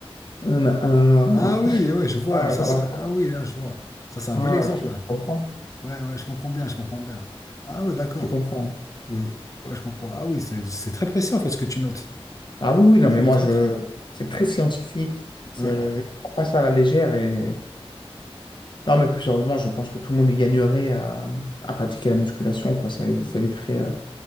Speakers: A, on the left; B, on the left.
A: un- un-
B: Ah
A: un-
B: oui, oui, je vois.
A: ah,
B: Ça,
A: voilà,
B: ça...
A: quoi.
B: Ah oui, là, je vois. Ça, c'est un
A: Ah,
B: bon exemple.
A: tu, tu comprends?
B: Ouais, ouais, je comprends bien, je comprends bien. Ah ouais, d'accord.
A: Tu comprends.
B: Oui, ouais, je comprends. Ah oui, c'est c'est très précis en fait ce que tu notes.
A: Ah oui, oui, non,
B: C'est
A: mais moi,
B: très,
A: je...
B: très.
A: c'est très scientifique. C'est,
B: Ouais,
A: euh, je ne prends pas ça à la légère. Et... Non, mais plus sérieusement, je pense que tout le monde y gagnerait à, à pratiquer la musculation, quoi. Ça, ça éviterait. euh,